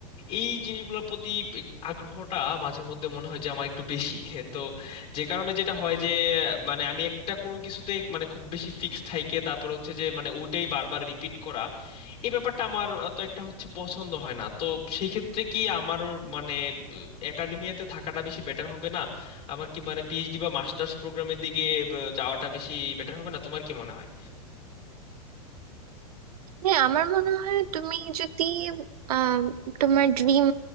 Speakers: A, on the left; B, on the right.
A: এই জিনিসগুলোর প্রতি আগ্রহটা মাঝে মধ্যে মনে হয় যে আমার একটু বেশি <laughs> তো যে কারণে যেটা হয় যে মানে আমি একটা কোনো কিছুতে মানে খুব বেশি ফিক্স থাইকে তারপর হচ্ছে যে মানে ওইটাই বারবার রিপিট করা এই ব্যাপারটা আমার তো একটা হচ্ছে পছন্দ হয় না তো সেই ক্ষেত্রে কি আমার মানে একাডেমিয়াতে থাকাটা বেশি বেটার হবে না আমার কি মানে পিএইচডি বা মাস্টার্স প্রোগ্রামের দিকে আহ, যাওয়াটা বেশি বেটার হবে না তোমার কি মনে হয়
B: হ্যাঁ আমার মনে হয় তুমি যদি আহ তোমার ড্রিম